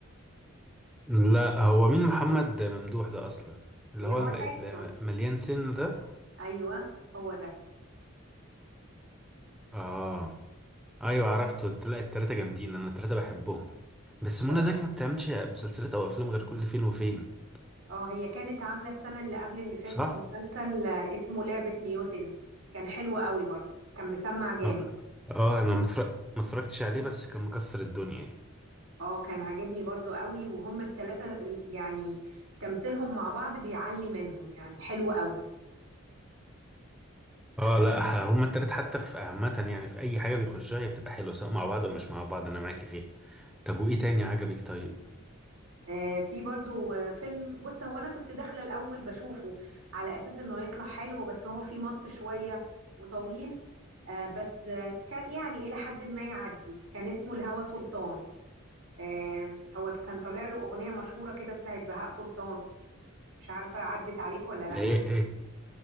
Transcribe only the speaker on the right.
اللي
هو
تايسون
ايوه هو ده
بصراحة
اه هي كانت عاملة السنة اللي قبل اللي فاتت
مسلسل آه، اسمه لعبة نيوتن كان حلو قوي برضو كان مسمع جامد
اه كان عاجبني برضو قوي وهم التلاتة ال- يعني تمثيلهم مع بعض بيعلي منهم يعني حلو قوي
آه، في برضو آه، فيلم بص هو انا كنت داخله الاول بشوفه على اساس انه يطلع حلو بس هو فيه مط شويه وطويل آه، بس آه، كان يعني الى حد ما يعدي كان اسمه الهوى سلطان آه، هو كان طالع له اغنيه مشهوره كده بتاعت بهاء سلطان مش عارفه عدت عليك ولا لا